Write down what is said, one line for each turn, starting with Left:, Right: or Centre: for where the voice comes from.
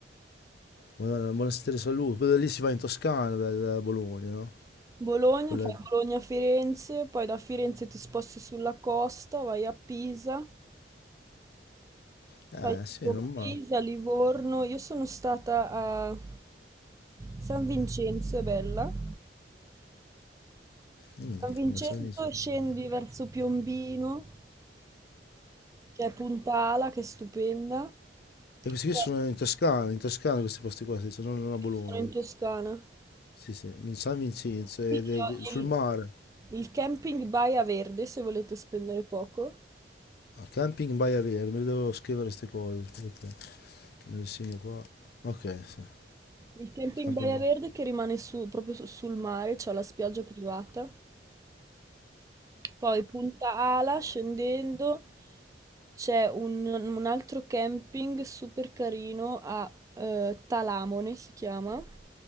Left: Madonna, il monastero di San Luca, poi da lì si va in Toscana da, da Bologna, no?
Right: Bologna,
Left: Con le-
Right: fai Bologna-Firenze, poi da Firenze ti sposti sulla costa, vai a Pisa,
Left: Eh
Right: fai
Left: sì,
Right: tipo
Left: non male.
Right: Pisa, Livorno. Io sono stata a San Vincenzo, è bella.
Left: Mm,
Right: San Vincenzo
Left: non so niente.
Right: scendi verso Piombino, c'è Punta Ala che è stupenda.
Left: E questi qui sono
Right: Eh,
Left: in Toscana, in Toscana questi posti qua, sì, sono non a Bologna.
Right: Sono in Toscana.
Left: Sì, sì, in San Vincenzo,
Right: Consiglio
Left: ed è sul
Right: Il,
Left: mare.
Right: il camping Baia Verde, se volete spendere poco.
Left: A Camping Baia Verde, me le devo scrivere queste cose, aspetta. Me le segno qua. Ok, sì.
Right: Il camping
Left: Camping
Right: Baia
Left: Baia.
Right: Verde che rimane su- proprio su- sul mare, c'è la spiaggia privata. Poi Punta Ala, scendendo, c'è un, un altro camping super carino a eh, Talamone, si chiama.